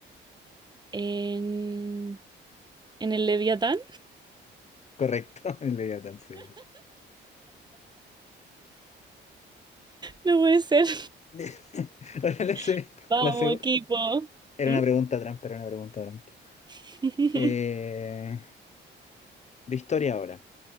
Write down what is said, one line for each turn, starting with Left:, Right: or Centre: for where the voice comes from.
Right: en... ¿En el Leviatán?
Left: Correcto, <laughs> el Leviatán, sí.
Right: No puede ser.
Left: <laughs> Ahora la se-
Right: <laughs> Vamos,
Left: la seg-
Right: equipo.
Left: Era
Right: ¿Mm?
Left: una pregunta trampa, era una pregunta trampa.
Right: <laughs>
Left: Eh, de historia ahora.